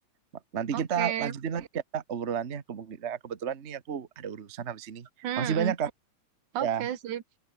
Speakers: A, on the right; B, on the right.
A: Ma- Nanti
B: Oke.
A: kita lanjutin lagi ya Kak, obrolannya. Kebetulan kebetulan ini aku ada urusan habis ini.
B: Mm-mm.
A: Makasih banyak Kak.
B: Oke
A: ya
B: sih.